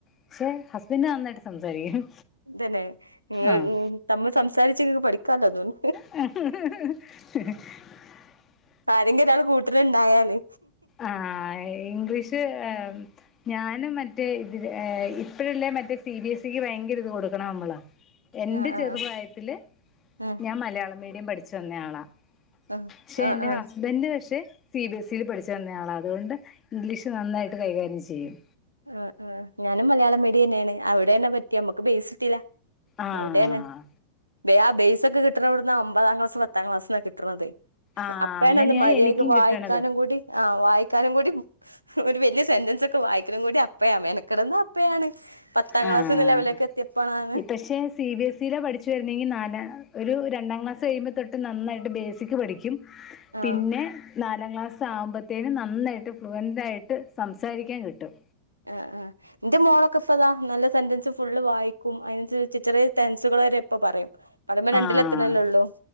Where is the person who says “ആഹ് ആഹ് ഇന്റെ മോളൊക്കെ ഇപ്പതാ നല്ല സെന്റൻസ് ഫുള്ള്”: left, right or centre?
Right